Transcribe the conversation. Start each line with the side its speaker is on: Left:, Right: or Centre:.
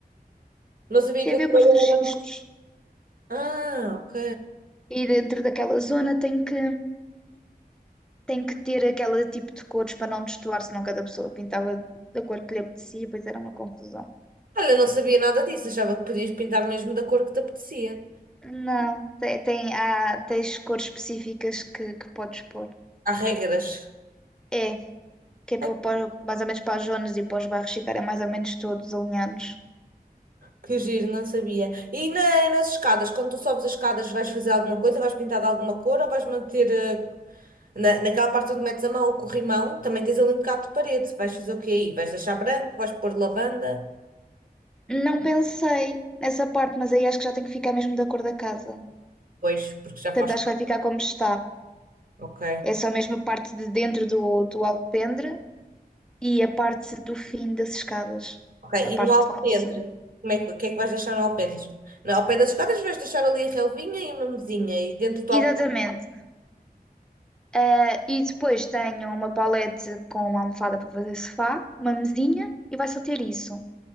Right: não sabia
Centre: tem
Right: que
Centre: a
Right: a
Centre: ver
Right: cor
Centre: com os registros.
Right: era. Ah, ok.
Centre: E dentro daquela zona tem que, tem que ter aquele tipo de cores para não destoar, senão cada pessoa pintava da cor que lhe apetecia, pois era uma confusão.
Right: Olha, eu não sabia nada disso, achava que podias pintar mesmo da cor que te apetecia.
Centre: Não, tem, tem, há, tens cores específicas que, que podes pôr.
Right: Há regras.
Centre: É que é
Right: Ai,
Centre: para, para- mais ou menos para as zonas e para os bairros ficarem mais ou menos todos alinhados.
Right: que giro, não sabia. E na- nas escadas, quando tu sobes as escadas, vais fazer alguma coisa? Vais pintar de alguma cor ou vais manter eh, na, naquela parte onde metes a mão, o corrimão? Também tens ali um bocado de parede. Vais fazer o quê aí? Vais deixar branco? Vais pôr lavanda?
Centre: Não pensei nessa parte, mas aí acho que já tem que ficar mesmo da cor da casa.
Right: Pois, porque já
Centre: Portanto,
Right: faz.
Centre: acho que vai ficar como está.
Right: Ok.
Centre: É só mesmo a parte de dentro do, do alpendre e a parte do fim das escadas.
Right: Ok.
Centre: A parte
Right: E no alpendre?
Centre: de lá em cima.
Right: Como é que, o que é que vais deixar no alpendre? No, ao pé das escadas vais deixar ali a relvinha e uma mesinha e dentro do
Centre: Exatamente.
Right: alpendre.
Centre: Ah, e depois tenho uma palete com uma almofada para fazer sofá, uma mesinha e vai só ter isso.